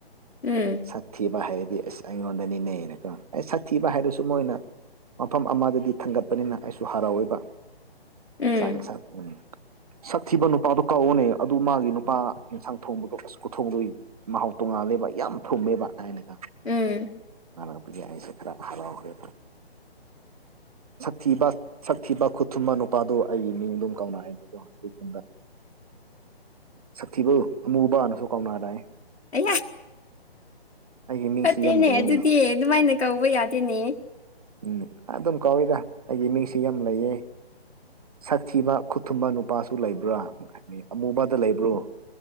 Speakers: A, on the left; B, on the right.
A: ꯎꯝ
B: ꯁꯥꯊꯤꯕ ꯍꯥꯏꯔꯗꯤ ꯑꯁ ꯑꯩꯉꯣꯟꯗꯅꯤꯅꯦꯅꯀꯣ ꯑꯩ ꯁꯥꯊꯤꯕ ꯍꯥꯏꯔꯁꯨ ꯃꯣꯏꯅ ꯃꯐꯝ ꯑꯃꯗꯗꯤ ꯊꯥꯡꯒꯠꯄꯅꯤꯅ ꯑꯩꯁꯨ ꯍꯔꯥꯎꯋꯦꯕ
A: ꯎꯝ
B: ꯆꯏꯦ ꯁꯥꯠ ꯃꯤꯅꯤ ꯁꯛ ꯊꯤꯕ ꯅꯨꯄꯥꯗꯣ ꯀꯧꯑꯣꯅꯦ ꯑꯗꯨ ꯃꯥꯒꯤ ꯅꯨꯄꯥ ꯌꯦꯟꯁꯥꯡ ꯊꯣꯡꯕꯗꯣ ꯑꯁ ꯀꯊꯣꯡꯗꯣꯏ ꯃꯍꯥꯎ ꯇꯣꯡꯉꯥꯜꯂꯦꯕ ꯌꯥꯝ ꯊꯨꯝꯃꯦꯕ ꯍꯥꯏꯥꯏꯅ ꯀ
A: ꯎꯝ
B: ꯃꯔꯥꯡ ꯄꯤ ꯑꯅꯤꯁꯦ ꯈꯔꯞ ꯍꯔꯥꯎ ꯍ ꯁꯛꯊꯤꯕ ꯁꯛꯊꯤꯕ ꯈꯨꯠꯊꯨꯝꯕ ꯅꯨꯄꯥꯗꯨ ꯑꯩꯒꯤ ꯃꯤꯡ ꯑꯗꯨꯝ ꯀꯧꯅ ꯍꯥꯏꯕꯗꯣ ꯑꯩꯈꯗ ꯁꯛꯊꯤꯕ ꯑꯃꯨꯕꯅꯁꯨ ꯀꯥꯎꯅꯨ ꯑꯗꯥꯥꯏ
A: ꯑꯌꯥ
B: ꯃꯤꯡꯁꯤ
A: ꯐꯠꯇꯦꯅꯦ
B: ꯌꯥꯝ ꯂꯩꯌꯦꯅꯦ
A: ꯑꯗꯨꯗꯤ ꯑꯗꯨꯃꯥꯏꯅ ꯀꯧꯕ ꯌꯥꯗꯦꯅꯦ
B: ꯎꯝ ꯑꯗꯨꯝ ꯀꯧꯏꯗ ꯑꯩꯒꯤ ꯃꯤꯡꯁꯦ ꯌꯥꯝ ꯂꯩꯌꯦ ꯁꯛꯊꯤꯕ ꯈꯨꯠ ꯊꯨꯝꯕ ꯅꯨꯄꯥꯁꯨ ꯂꯩꯕ꯭ꯔꯥ ꯍꯥꯏ ꯑꯃꯨꯕꯗꯨ ꯂꯩꯕ꯭ꯔꯣ